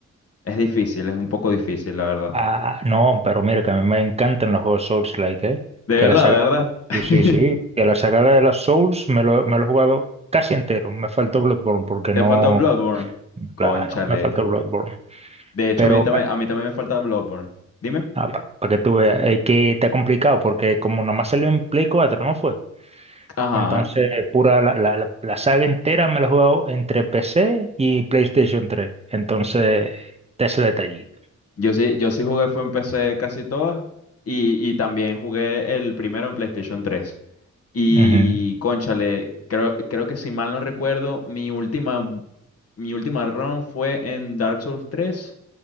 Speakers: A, on the left; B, on the right.
A: es difícil, es un poco difícil, la verdad.
B: Ah, no, pero mira, que a mí me encantan los juegos Souls-like, eh.
A: De
B: Que
A: verdad,
B: la saga,
A: de verdad. <laughs>
B: sí, sí, sí, que la saga de los Souls me lo, me lo he jugado casi entero. Me faltó Bloodborne porque no,
A: Te falta Bloodborne. Cónchale.
B: claro, me faltó Bloodborne.
A: De hecho,
B: Pero,
A: a mí también, a mí también me falta Bloodborne. Dime.
B: Ah, Dime. para que tú veas, es que está complicado porque como nomás salió en Play 4, ¿no fue?
A: Ajá,
B: Entonces, pura la, la, la- la saga entera me la he jugado entre PC y PlayStation 3. Entonces, está ese detallito.
A: yo sí, yo sí jugué, fue en PC casi todas. Y, y también jugué el primero en PlayStation tres Y,
B: Ujú,
A: cónchale, creo, creo que si mal no recuerdo, mi última, mi última run fue en Dark Souls tres